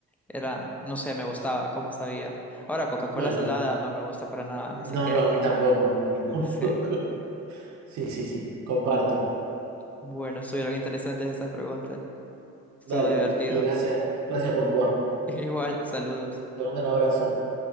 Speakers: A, in the centre; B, on the right (about 65°).
A: Era, no sé, me gustaba, cómo sabía. Ahora Coca-Cola
B: Bueno,
A: salada no me gusta para nada, así
B: no,
A: que
B: no, a mí tampoco, a mí <laughs> tampoco.
A: <laughs> sí.
B: Sí, sí, sí, comparto.
A: Bueno, estuvieron interesantes estas preguntas. Estuvo
B: Dale,
A: divertido.
B: y gracias, gracias por jugar.
A: <laughs> Igual, saludos,
B: Te mando un abrazo.